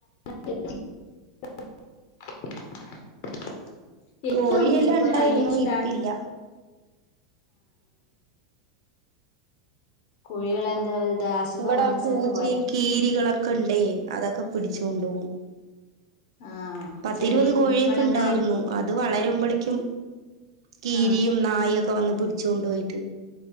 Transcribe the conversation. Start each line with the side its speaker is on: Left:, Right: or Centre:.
Left: <inaudible> എനിയ്ക്കും
Right: കോഴിയെല്ലാം
Left: ഇതുപോലെ
Right: ഉണ്ടായിരുന്നു
Left: തയ്യ ഇഷ്ടാണ്.
Right: ഇപ്പില്ല
Left: കോഴികളെന്താ <unintelligible>
Right: ഇവിടെ
Left: വന്ന്
Right: പൂച്ചയും
Left: ചത്തുപോയോ
Right: കീരികളൊക്കെ ഒണ്ടേ. അതൊക്കെ പിടിച്ചു കൊണ്ട് പോവും.
Left: ആഹ്
Right: പത്തിരുപത്
Left: ചെറിയ
Right: കോഴിയൊക്കെ
Left: കുഞ്ഞുങ്ങളൊക്കെ
Right: ഒണ്ടായിരുന്നു. അത് വളരുമ്പളേയ്ക്കും കീരിയും
Left: ആഹ്
Right: നായൊക്കെ വന്ന് പിടിച്ചു കൊണ്ടുപോയിട്ട്